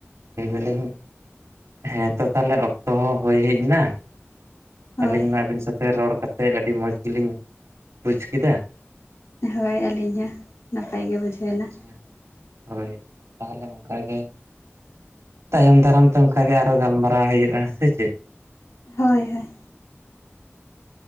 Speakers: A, on the right; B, on the left.
A: ᱞᱟᱹᱭ ᱫᱟᱹᱞᱤᱧ ᱦᱮᱸ ᱛᱚ ᱛᱟᱦᱚᱞᱮ ᱚᱠᱛᱚ ᱦᱚᱸ ᱦᱩᱭ ᱦᱮᱡ ᱮᱱᱟ
B: ᱦᱳᱭ
A: ᱟᱹᱞᱤᱧ ᱢᱟ ᱟᱹᱵᱤᱱ ᱥᱟᱶᱛᱮ ᱨᱚᱲᱠᱟᱛᱮᱫ ᱟᱹᱰᱤ ᱢᱚᱡᱽ ᱜᱮᱞᱤᱧ ᱵᱩᱡᱽ ᱠᱮᱫᱟ
B: ᱦᱳᱭ ᱟᱹᱞᱤᱧ ᱦᱚᱸ ᱱᱟᱯᱟᱭ ᱜᱮ ᱵᱩᱡᱷᱟᱹᱣ ᱮᱱᱟ
A: ᱟᱪᱪᱷᱟ ᱦᱳᱭ ᱛᱟᱦᱚᱞᱮ ᱚᱱᱠᱟ ᱜᱮ ᱛᱟᱭᱚᱢ ᱫᱟᱨᱟᱢ ᱛᱮ ᱚᱱᱠᱟ ᱜᱮ ᱟᱨᱦᱚᱸ ᱜᱟᱞᱢᱟᱨᱟᱣ ᱦᱩᱭᱩᱜᱼᱟ, ᱥᱮ ᱪᱮᱫ?
B: ᱦᱳᱭ ᱦᱳᱭ